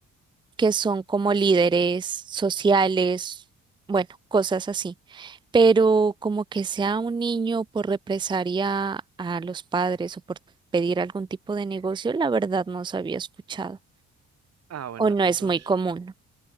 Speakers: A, on the right; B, on the right.
A: que son como líderes sociales, bueno, cosas así. Pero como que sea un niño por represalia a los padres o por pedir algún tipo de negocio, la verdad no se había escuchado
B: Ah, bueno,
A: o no
B: entonces...
A: es muy común.